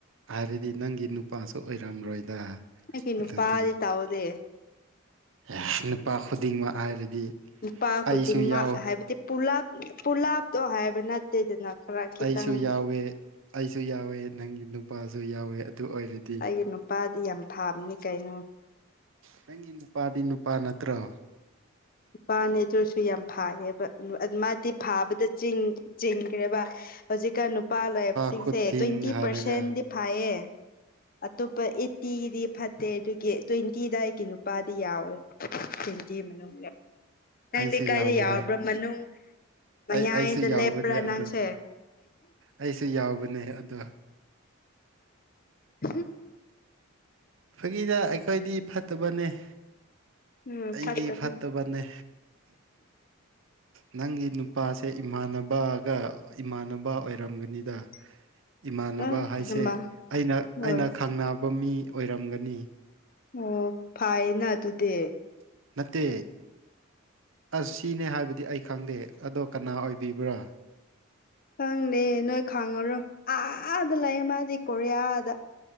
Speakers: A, on the right (about 65°); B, on the left (about 45°).
A: ꯍꯥꯏꯔꯗꯤ ꯅꯪꯒꯤ ꯅꯨꯄꯥꯁꯨ ꯑꯣꯏꯔꯝꯔꯣꯏꯗ
B: ꯑꯩꯒꯤ ꯅꯨꯄꯥꯗꯤ
A: ꯑꯗꯨꯗꯤ
B: ꯇꯧꯗꯦ
A: <inaudible> ꯅꯨꯄꯥ ꯈꯨꯗꯤꯡꯃꯛ ꯍꯥꯏꯔꯗꯤ
B: ꯅꯨꯄꯥ ꯈꯨꯗꯤꯡꯃꯛ
A: ꯑꯩꯁꯨ ꯌꯥꯎ
B: ꯍꯥꯏꯕꯗꯤ ꯄꯨꯂꯞ ꯄꯨꯂꯞ ꯇꯣ ꯍꯥꯏꯕ ꯅꯠꯇꯦꯗꯅ ꯈꯔ ꯈꯤꯇꯪ
A: ꯑꯩꯁꯨ ꯌꯥꯎꯋꯦ ꯑꯩꯁꯨ ꯌꯥꯎꯋꯦ ꯅꯪꯒꯤ ꯅꯨꯄꯥꯁꯨ ꯌꯥꯎꯋꯦ ꯑꯗꯨ ꯑꯣꯏꯔꯗꯤ
B: ꯑꯩꯒꯤ ꯅꯨꯄꯥꯗꯤ ꯌꯥꯝ ꯐꯥꯕꯅꯤ ꯀꯩꯅꯣ
A: ꯅꯪꯒꯤ ꯅꯨꯄꯥꯗꯤ ꯅꯨꯄꯥ ꯅꯠꯇ꯭ꯔꯣ
B: ꯅꯨꯄꯥꯅꯦ ꯑꯗꯨ ꯑꯣꯏꯔꯁꯨ ꯌꯥꯝ ꯐꯥꯏꯌꯦꯕ ꯃꯥꯗꯤ ꯐꯥꯕꯗ ꯆꯤꯡ ꯆꯤꯡꯈ꯭ꯔꯦꯕ ꯍꯧꯖꯤꯛꯀꯥꯟ ꯅꯨꯄꯥ ꯂꯥꯏꯕꯁꯤꯡꯁꯦ
A: ꯈꯨꯗꯤꯡ
B: ꯇ꯭ꯋꯦꯟꯇꯤ
A: ꯍꯥꯏꯔꯒ
B: ꯄꯥꯔꯁꯦꯟꯗꯤ ꯐꯩꯌꯦ ꯑꯇꯣꯞꯄ ꯑꯦꯠꯇꯤꯒꯤꯗꯤ ꯐꯠꯇꯦ ꯑꯗꯨꯒꯤ ꯇ꯭ꯋꯦꯟꯇꯤꯗ ꯑꯩꯒꯤ ꯅꯨꯄꯥꯗꯤ ꯌꯥꯎꯋꯦ ꯊꯦꯟꯇꯤ ꯃꯅꯨꯡꯗ ꯅꯪꯗꯤ
A: ꯑꯩꯁꯨ
B: ꯀꯥꯏꯗ
A: ꯌꯥꯎꯕꯅꯦ
B: ꯌꯥꯎꯔꯕ꯭ꯔꯥ ꯃꯅꯨꯡ ꯃꯌꯥꯏꯗ
A: ꯑꯩ ꯑꯩꯁꯨ ꯌꯥꯎꯕꯅꯦ
B: ꯂꯦꯞꯄ꯭ꯔꯥ ꯅꯪꯁꯦ
A: ꯑꯗꯣ ꯑꯩꯁꯨ ꯌꯥꯎꯕꯅꯦ ꯑꯗꯣ
B: <unintelligible>
A: ꯐꯒꯤꯗ ꯑꯩꯈꯣꯏꯗꯤ ꯐꯠꯇꯕꯅꯦ
B: ꯎꯝ
A: ꯑꯩꯗꯤ
B: ꯐꯠꯇꯅ
A: ꯐꯠꯇꯕꯅꯦ ꯅꯪꯒꯤ ꯅꯨꯄꯥꯁꯦ ꯏꯃꯥꯟꯅꯕꯒ ꯏꯃꯥꯟꯅꯕ ꯑꯣꯏꯔꯝꯒꯅꯤꯗ
B: <inaudible>
A: ꯏꯃꯥꯟꯅꯕ
B: ꯑ
A: ꯍꯥꯏꯁꯦ
B: ꯍꯃ
A: ꯑꯩꯅ
B: ꯍꯣꯏ
A: ꯑꯩꯅ ꯈꯪꯅꯕ ꯃꯤ ꯑꯣꯏꯔꯝꯒꯅꯤ
B: ꯑꯣ ꯐꯥꯏꯅ ꯑꯗꯨꯗꯤ
A: ꯅꯠꯇꯦ ꯑꯁ ꯁꯤꯅꯦ ꯍꯥꯏꯕꯗꯤ ꯑꯩ ꯈꯪꯗꯦ ꯑꯗꯣ ꯀꯅꯥ ꯑꯣꯏꯕꯤꯕ꯭ꯔꯥ
B: ꯈꯪꯗꯦ ꯅꯣꯏ ꯈꯪꯉꯔꯣ ꯑꯥꯗ ꯂꯩꯌꯦ ꯃꯥꯗꯤ ꯀꯣꯔꯤꯌꯥꯗ